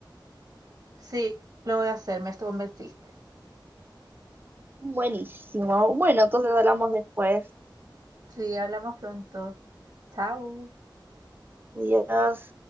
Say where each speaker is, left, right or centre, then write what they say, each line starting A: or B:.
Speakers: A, on the right; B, on the right.
A: Sí, lo voy a hacer, me convenciste.
B: Buenísimo. Bueno, entonces hablamos después.
A: Sí, hablamos pronto. Chao.
B: Adiós.